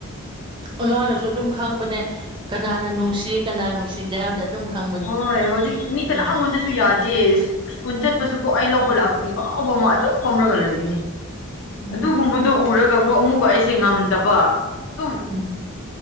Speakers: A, on the right (about 20°); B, on the left (about 65°).
A: ꯑꯖꯥꯅꯁꯨ ꯑꯗꯨꯝ ꯈꯪꯕꯅꯦ ꯀꯅꯥꯅ ꯅꯨꯡꯁꯤ ꯀꯅꯥ ꯅꯨꯡꯁꯤꯗꯦ ꯍꯥꯏꯕꯗꯣ ꯑꯗꯨꯝ ꯈꯪꯕꯅꯦ
B: ꯍꯣꯏ ꯍꯧꯖꯤꯛ ꯃꯤ
A: ꯎꯝ
B: ꯀꯅꯥꯉꫭꯟꯅꯗꯁꯨ ꯌꯥꯗꯦ ꯁ꯭ꯀꯨꯜ ꯆꯠꯄꯁꯨ ꯀꯣ ꯑꯩ ꯂꯧꯕ ꯂꯥꯛꯇꯔꯤꯐꯥꯎꯕ ꯃ ꯑꯗꯨꯝ ꯐꯝꯔꯒ ꯂꯩꯒꯅꯤ
A: ꯎꯝ
B: ꯑꯗꯨꯒꯨꯝꯕꯗꯣ ꯎꯔꯒꯀꯣ ꯑꯃꯨꯛꯀ ꯑꯩꯁꯦ ꯉꯝꯗꯕ ꯑꯗꯨꯝ
A: ꯎꯝ